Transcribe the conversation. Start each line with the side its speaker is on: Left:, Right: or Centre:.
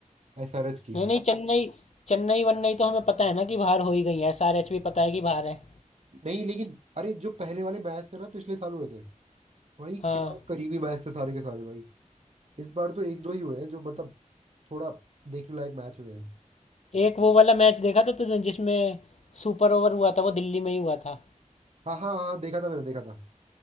Right: एसआरएच की
Left: नहीं नहीं चेन्नई चेन्नई वन्नई तो हमें पता है ना कि बाहर हो ही गई है एसआरएच भी पता है कि बाहर है
Right: नहीं लेकिन अरे जो पहले वाले मैच थे ना पिछले साल हुए थे भाई
Left: हाँ
Right: क्या करीबी मैच थे सारे के सारे भाई इस बार तो एक दो ही हुए हैं जो मतलब थोड़ा देखने लायक मैच हुए हैं
Left: एक वो वाला मैच देखा था तुझे जिसमें सुपर ओवर हुआ था वो दिल्ली में ही हुआ था
Right: हाँ हाँ हाँ देखा था मैंने देखा था